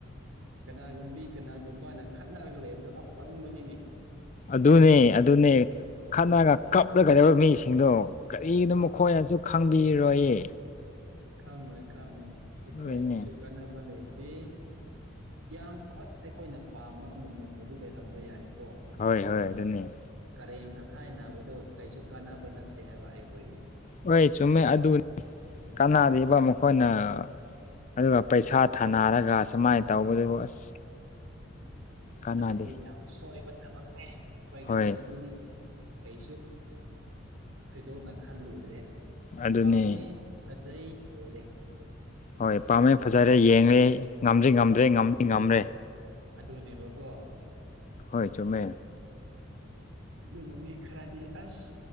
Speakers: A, on the right (about 80°); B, on the left (about 35°).
A: ꯀꯅꯥꯒꯨꯝꯕꯤ ꯀꯅꯥꯒꯨꯝꯕꯅ ꯈꯠꯅꯔꯒ ꯂꯩꯕꯗꯣ ꯑꯄꯪꯕꯅꯤꯅꯦ
B: ꯑꯗꯨꯅꯦ ꯑꯗꯨꯅꯦ ꯈꯠꯅꯔꯒ ꯀꯞꯂꯒ ꯂꯩꯕ <unintelligible> ꯃꯤꯁꯤꯡꯗꯣ ꯀꯔꯤꯒꯤꯅꯣ
A: ꯍꯣꯏ
B: ꯃꯈꯣꯏꯅꯁꯨ ꯈꯪꯕꯤꯔꯣꯏꯌꯦ
A: ꯈꯪꯉꯣꯏ ꯈꯪꯉꯣꯏ ꯑꯩꯈꯣꯏꯒꯤꯁꯨ
B: ꯑꯗꯨꯏꯅꯦ
A: ꯀꯥꯟꯅꯕ ꯂꯩꯇꯦ ꯌꯥꯝ ꯍꯣꯏ ꯑꯩꯈꯣꯏꯅ ꯄꯥꯝꯕ ꯑꯃꯃꯝꯕꯨꯗꯤ ꯂꯩꯔꯝꯕ ꯌꯥꯏꯀꯣ
B: ꯍꯣꯏ ꯍꯣꯏ ꯑꯗꯨꯅ‌ꯦ
A: ꯀꯔꯦꯝ ꯀꯊꯥꯏ ꯅꯥꯕꯗꯣ ꯀꯩꯁꯨ ꯀꯥꯟꯅꯕ ꯅꯠꯇꯦ ꯍꯥꯏꯕ ꯑꯩꯈꯣꯏꯒꯤꯗꯤ
B: ꯍꯣꯏ ꯆꯨꯝꯃꯦ ꯑꯗꯨꯅꯤ
A: ꯎꯝ
B: ꯀꯅꯥꯔꯤꯕ ꯑꯃꯨꯛ ꯑꯩꯈꯣꯏꯅ ꯑꯗꯨꯒ ꯄꯩꯁꯥ ꯊꯥꯅꯔꯒ ꯁꯨꯃꯥꯏꯅ ꯇꯧꯕꯗꯨꯕꯨ ꯑꯁ ꯀꯥꯟꯅꯗꯦ
A: ꯑꯗꯨꯗꯤ ꯌꯥꯝ ꯁꯣꯏꯕ ꯊꯕꯛꯅꯦ ꯑꯩꯈꯣꯏꯒꯤꯗꯤ
B: ꯍꯣꯏ
A: ꯑꯗꯨꯗꯤ ꯀꯩꯁꯨ ꯊꯣꯏꯗꯣꯛꯅ ꯈꯜꯂꯨꯗ꯭ꯔꯦ
B: ꯑꯗꯨꯅꯤ
A: ꯄꯥꯝꯃ‌ꯦ ꯐꯖꯩ ꯂꯣꯏꯔꯦ
B: ꯍꯣꯏ ꯄꯥꯝꯃꯦ ꯐꯖꯔꯦ ꯌꯦꯡꯂ‌ꯦ ꯉꯝꯗ꯭ꯔꯤ ꯉꯝꯗ꯭ꯔꯦ
A: ꯑ
B: ꯉꯝꯗꯤ ꯉꯝ꯭ꯔꯦ
A: ꯑꯗꯨꯅꯦꯕꯀꯣ
B: ꯍꯣꯏ ꯆꯨꯝꯃꯦ
A: ꯑꯗꯨꯕꯨ ꯃꯤ ꯈꯔꯗꯤ ꯑꯁ